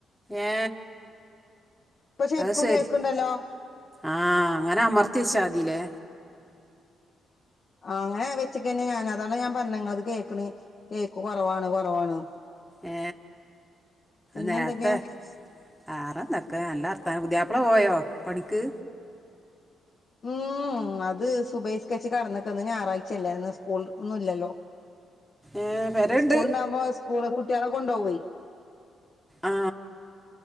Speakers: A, in the centre; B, on the left.
A: ഏ
B: ഇപ്പൊ ശരിക്കും
A: അത് ശരി
B: കേക്കണ്ടല്ലോ
A: ആ അങ്ങനെ അമർത്തിവച്ചാതിലേ
B: ആ അങ്ങനെ വെച്ചക്കന്നെ ഞാൻ അതാണ് ഞാൻ പറഞ്ഞഇങ്ങളത് കേക്കണ് കേക്ക് കുറവാണ് കുറവാണ്
A: ഏ
B: പിന്നെ
A: നേരത്തെ
B: എന്തൊക്കെ
A: വേറെന്തൊക്കെ നല്ലർത്താനം പുതിയാപ്പള പോയോ പണി ക്ക്
B: ഉം ഉം അത് സുബൈയ് നിസ്കരിച്ച് കടന്നക്ക ന്ന് ഞായറാഴ്ചയല്ലേ ന്ന് സ്കൂൾ ഒന്നും ഇല്ലല്ലോ
A: ഏ പെരേണ്ട്
B: സ്കൂൾണ്ടാകുമ്പോ സ്കൂള് കുട്ട്യാളെ കൊണ്ടോവെയ്
A: ആ